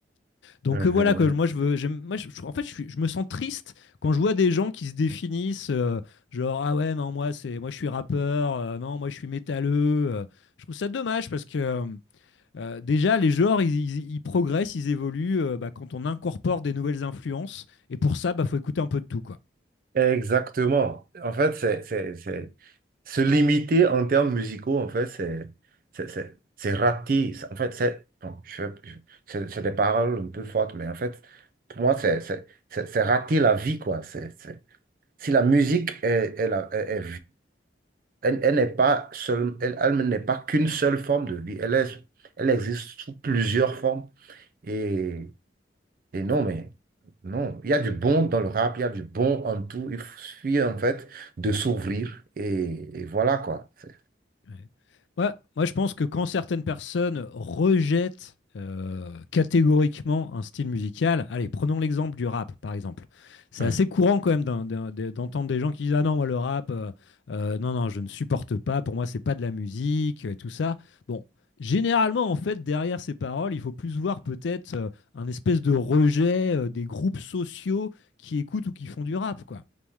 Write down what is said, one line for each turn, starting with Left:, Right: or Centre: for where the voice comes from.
Left: Donc
Right: Mhm.
Left: euh, voilà, quoi, moi, je veux, j'aime- moi je, je- en fait, je, suis- je me sens triste quand je vois des gens qui se définissent, euh, genre, ah ouais, non, moi, c'est, moi je suis rappeur, euh, non, moi je suis métalleux. euh. je trouve ça dommage parce que euh, euh, déjà, les genres, ils, ils- ils progressent, ils évoluent euh, bah, quand on incorpore des nouvelles influences. Et pour ça, bah, faut écouter un peu de tout, quoi.
Right: Exactement. En fait, c'est, c'est, c'est... Se limiter en termes musicaux, en fait, c'est c'est- c'est- c'est raté. C'est- En fait, c'est bon, je vais- je- c'est c'est des paroles un peu fortes, mais en fait, pour moi, c'est c'est- c'est- c'est rater la vie, quoi. C'est, c'est- si la musique est, est, la- est, Elle, elle n'est pas seule, elle, elle n'est pas qu'une seule forme de vie. Elle est- elle existe sous plusieurs formes. Et, et non, mais non, il y a du bon dans le rap, il y a du bon en tout. Il suffit en fait de s'ouvrir et, et voilà quoi. C'est-
Left: Ouais. Moi, moi, je pense que quand certaines personnes rejettent euh, catégoriquement un style musical, allez, prenons l'exemple du rap, par exemple. C'est
Right: Hum.
Left: assez courant quand même d'un- d'un- d'entendre des gens qui disent Ah non, moi le rap, euh, euh, non, non, je ne supporte pas, pour moi, c'est pas de la musique, euh, et tout ça. Bon, généralement, en fait, derrière ces paroles, il faut plus voir peut-être euh, un espèce de rejet euh, des groupes sociaux qui écoutent ou qui font du rap, quoi.